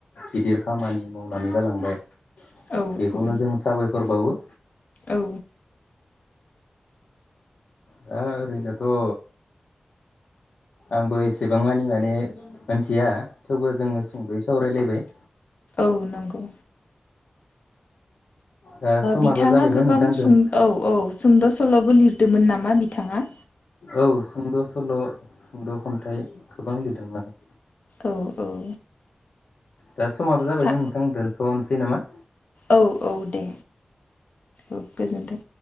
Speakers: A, on the left; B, on the left.
A: गिदिर खामानि मावनानै गालांबाय।
B: औ
A: बेखौनो
B: औ
A: जों साबायखर बावो।
B: औ
A: हा ओरैनोथ'। आंबो एसेबां मानि माने मोनथिया। थेवबो जोङो सुंदयै सावरायलायबाय।
B: माव नांगौ।
A: दा समाबो
B: बिथाङा
A: जाबायमोन
B: गोबां
A: नोंथां दोनथ'
B: सुं औ औ। सुंद' सल'बो लिरदोंमोन नामा बिथाङा।
A: औ सुंद' सल' सुंद' खन्थाइ गोबां लिरदोंमोन।
B: औ औ।
A: दा समाबो जाबायमोन
B: सा
A: नोंथां दोनथ' <unintelligible> नामा
B: औ औ दे औ गोजोनथों।